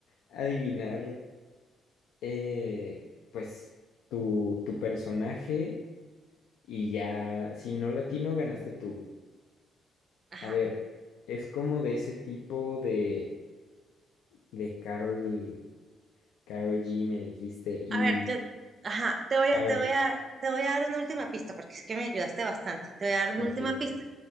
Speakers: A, on the left (about 80°); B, on the right (about 40°).
A: adivinar, eh, pues, tu, tu personaje y ya, si no latino, ganaste tú.
B: Ajá.
A: A ver, es como de ese tipo de, de Carol, Carol G, me dijiste. Y,
B: A ver, yo, ajá, te voy
A: a
B: a,
A: ver,
B: te voy a, te voy a dar una última pista, porque es que me ayudaste bastante. Te voy a dar una
A: ok,
B: última pista.